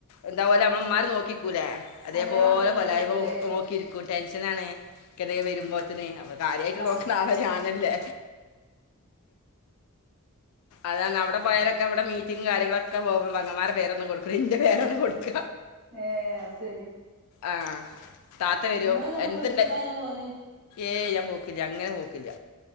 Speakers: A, on the left; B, on the right.
A: എന്താ പോലെ നമ്മള മാറി നോക്കിക്കൂലെ അതേപോലെ
B: അതേമാതിരി നോക്കിക്കൂലേ
A: വലായ്മ നോക്കിയിരിക്കുംണ്ട് ടെൻഷനാണ് കെടെ വരുമ്പോഴത്തിന് അപ്പോൾ കാര്യമായിട്ട്
B: ആഹ്
A: നോക്കുന്ന ആള ഞാനല്ലേ അതാണ് അവിടെ
B: ആഹ്
A: പോയാല അവിടെ മീറ്റിംഗ് കാര്യങ്ങളൊക്കെ പോവുമ്പോൾ പെങ്ങമാര പേരൊന്നും കൊടുക്കൂല്ല ഇന്റെ പേരൊണ് കൊടുക്ക
B: ഏഹ് അത് ശരി
A: ആഹ് താത്ത വരും
B: ഇങ്ങളിങ്ങട്ട്
A: എന്ത്‌ണ്ടെ
B: വീട്ട്ക്ക് എങ്ങനെ പോവല്
A: ഏയ് ഞാൻ പോക്കില്ല അങ്ങനെ പോക്കില്ല